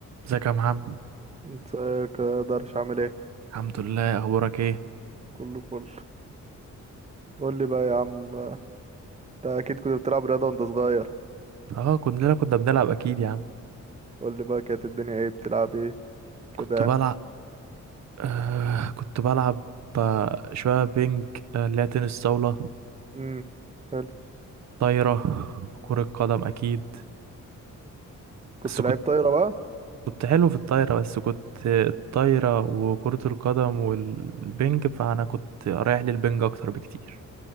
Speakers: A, on the right; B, on the right.
A: ازيك يا محمد
B: ازيك يا درش عامل ايه
A: الحمد لله اخبارك ايه
B: كله فل قول لي بقى يا عم انت اكيد كنت بتلعب رياضه وانت صغير
A: اه كلنا كنا بنلعب اكيد يا عم
B: قول لي بقى كانت الدنيا ايه بتلعب ايه كده
A: كنت بلعب
B: يعني
A: آه كنت بلعب آه شويه بينج آه، اللي هي تنس طاوله
B: امم حلو
A: طايره كره قدم اكيد
B: كنت
A: بس كنت
B: لعيب طايره بقى
A: كنت حلو في الطايره بس كنت الطايره وكره القدم والبينج فانا كنت رايح للبينج اكتر بكتير